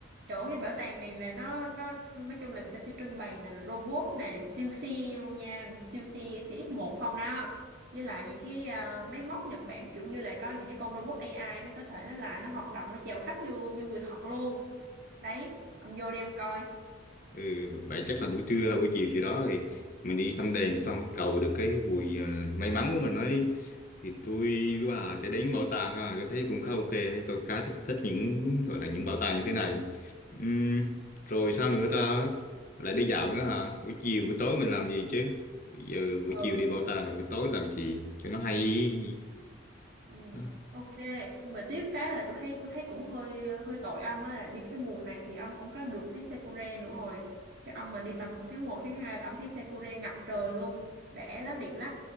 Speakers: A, on the right; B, on the left.
A: chỗ cái bảo tàng này là nó nó nói chung là người ta sẽ trưng bày là robot nè siêu xe luôn nha siêu xe cx một không đó với lại những cái ờ, máy móc Nhật Bản kiểu như là có những cái con robot AI nó có thể nó lại nó hoạt động nó chào khách như như người thật luôn đấy ông vô đem coi
B: Ừ, vậy chắc là buổi trưa buổi chiều gì đó thì mình đi thăm đền xong cầu được cái bùi ờ, may mắn của mình ấy thì tôi
A: ừ.
B: với bà sẽ đến bảo tàng ha tôi thấy cũng khá ok đấy. tôi khá thích, thích những gọi là những bảo tàng như thế này Ừm, rồi sao nữa ta lại đi dạo
A: Ừ.
B: nữa hả buổi chiều buổi tối mình làm gì chứ Bây giờ buổi
A: Ừ.
B: chiều đi bảo tàng rồi buổi tối làm gì cho nó hay
A: Ừ,
B: Đó.
A: ok nhưng mà tiếc cái là tôi thấy tôi thấy cũng hơi hơi tội ông á là đi cái mùa này thì ông không có được thấy sakura nữa rồi chứ ông mà đi tầm khoảng tháng một tháng 2 là ông thấy sakura ngập trời luôn đẻ lắm đẹp lắm